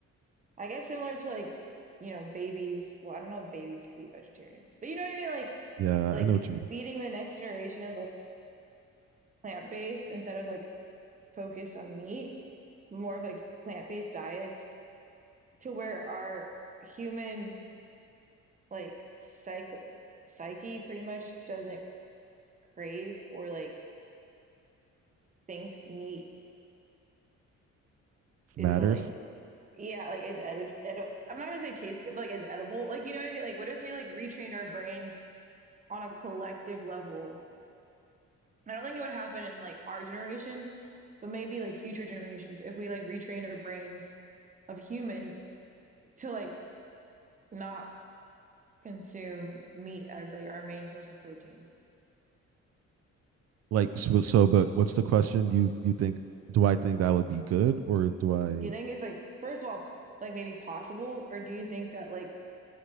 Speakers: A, on the right; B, on the right.
A: I guess similar to like, you know, babies. Well, I don't know if babies could be vegetarians, but you know what I mean? Like,
B: Yeah,
A: like
B: I know what you mean.
A: feeding the next generation of like plant-based instead of like focused on meat, more of like plant-based diets to where our human like psych psyche pretty much doesn't crave or like think meat
B: Matters
A: is like yeah, like is edi edi I'm not gonna say taste good, but like is edible. Like you know what I mean? Like what if we like retrained our brains on a collective level? I don't think it would happen in like our generation, but maybe like future generations if we like retrained our brains of humans to like not consume meat as like our main source of protein.
B: like so, so. But what's the question? You you think do I think that would be good or do I?
A: Do you think it's like first of all like maybe possible or do you think that like